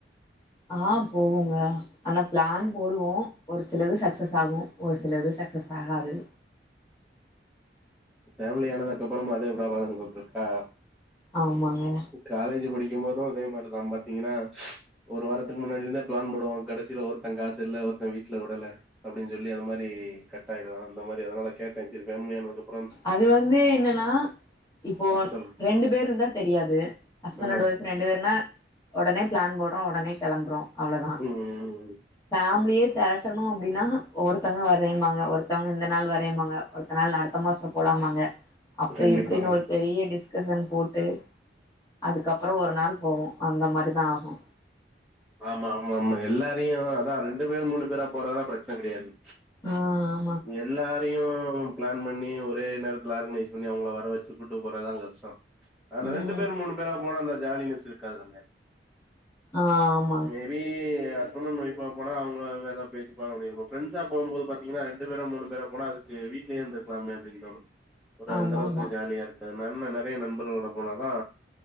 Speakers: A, on the left (about 20°); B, in the centre.
A: ஆ போவோங்க ஆனா பிளான் போடுவோ ஒரு சிலது சக்சஸ் ஆகு ஒரு சிலது சக் ஸஸ் ஆகாது
B: ஃபேமிலி ஆனதுக்கு அப்றம் அதே ப்ராப்ளம் உங்களுக் இருக்கா
A: ஆமாங்க
B: காலேஜ் படிக்கும் போது இதே மாதிரிதா பாத்தீங்கன்னா ஒரு வாரத்துக்கு முன்னாடி இருந்தே பிளான் போடுவோ கடைசில ஒருத்த காசு இல்ல ஒருத்த வீட்ல வுடல அப்படின் சொல்லி அது மாரி கட்டாயிடு அந்த மாரி அதனால கேட்டே சரி ஃபேமிலி ஆனதுக் அப்
A: அது வந்து என்னன்னா இப்போ
B: ம் சொல்லு
A: ரெண்டு பேரு இருந்தா தெரியாது ஹஸ்பண்ட்
B: ஆ
A: அண்ட் வைஃப் ரெண்டு பேருனா உடனே பிளான் போடுறோ உடனே கெளம்புறோ அவ்ளோதா
B: ம் ம்
A: ஃபேமிலியே திரட்டணு அப்டின்னா ஒருத்தங்க வரேம்பாங்க ஒருத்தவங்க இந்த நாள் வரேன்பாங்க ஒருத்த நாள் அடுத்த மாசோ போலாம்பாங்க அப்டி
B: கண்டிப்பா
A: இப்டினு
B: கண்டிப்பா.
A: ஒரு பெரிய டிஸ் டிஸ்கஷன் போட்டு அதுக்கப்றோ ஒரு நாள் போவோ அந்த மாரி தா ஆகு
B: ஆமா ஆமா ஆமா எல்லாரையு அதா ரெண்டு பேர் மூணு பேரா போறதெல்லா பிரச்சனை கெடயாது
A: ம்
B: எல்லா தயு பிளான் பண்ணி ஒரே நேரத்துல ஆர்கனைஸ் பண்ணி அவங்கள வர வச்சு கூட்டு போறதா கஷ்டோ ஆனா
A: ம்
B: ரெண்டு பேர் மூணு பேரா போனா அந்த ஜாலினஸ் இருக்காதுலாங்க
A: ஆம்
B: மே பி கி ஹஸ்பண்ட் அண்ட் ஒய்ஃபா போனா அவங்க ஏதோ பேசிப்பாங்க அப்டின்போ ஃப்ரண்ட்ஸா போகும்போது பாத்தீங்கன்னா இரண்டு பேரோ மூனு பேரா போனா அதுக் கு வீ்ட்லயே இருந்து இருக்கலாமே அப்டின் தோணு ஒரு
A: ஆமா
B: அந்த அளவுக்கு
A: ஆமா
B: ஜாலியா இருக் நன்னா நெறய நண்பர்களோட போனாதா